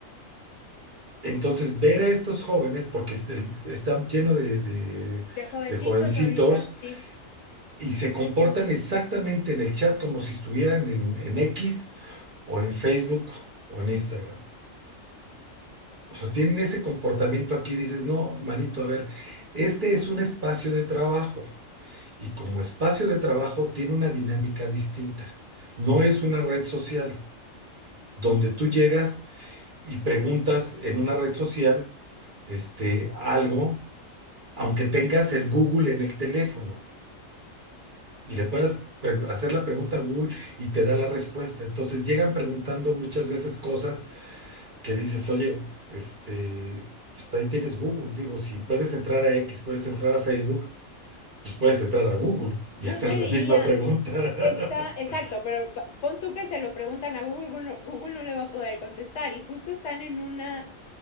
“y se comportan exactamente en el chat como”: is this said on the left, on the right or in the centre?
Right